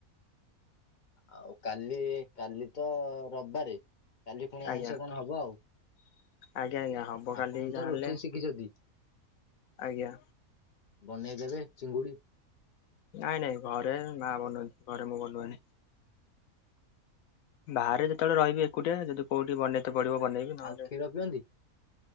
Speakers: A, on the left; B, on the left.
A: ଆଉ କାଲି କାଲି ତ ରବିବାରେ। କାଲି ପୁଣି
B: ଆଜ୍ଞା।
A: ଆଇଁଷହ କଣ ହବ ଆଉ।
B: ଆଜ୍ଞା ଆଜ୍ଞା ହବ କାଲି
A: ଆପଣ
B: ଯାହାହେଲେ
A: ତ ରୋଷେଇ ଶିଖିଛନ୍ତି।
B: ଆଜ୍ଞା।
A: ବନେଇଦବେ ଚିଙ୍ଗୁଡି।
B: ନାଇଁ ନାଇଁ ଘରେ ମା ବନୁନ୍ତି ଘରେ ମୁଁ ବନୁନି। ବାହାରେ ଯେତେବେଳେ ରହିବି ଏକୁଟିଆ ଯଦି କୋଉଠି ବନେଇତେ ପଡିବ ବନେଇବି ନହେଲେ
A: ଆଉ କ୍ଷୀର ପିଅନ୍ତି